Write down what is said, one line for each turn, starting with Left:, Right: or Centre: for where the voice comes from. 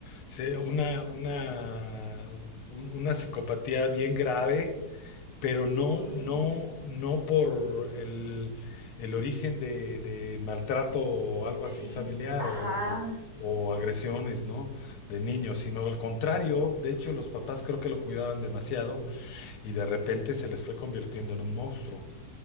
Left: se- una, una, un- una psicopatía bien grave, pero no,
Right: sí,
Left: no, no por el, el origen de, de maltrato o algo
Right: sí,
Left: así familiar
Right: ajá,
Left: o, o o agresiones, ¿no? De niños, sino al contrario. De hecho, los papás creo que lo cuidaban demasiado y de repente se les fue convirtiendo en un monstruo.